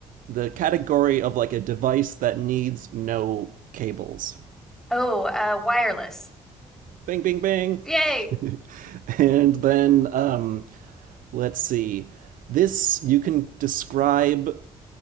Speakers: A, on the right (about 65°); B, in the centre.
A: the category of like a device that needs no cables.
B: Oh, uh, wireless.
A: Bing, bing, bing.
B: Yay.
A: <laughs> and then um, let's see. This you can describe.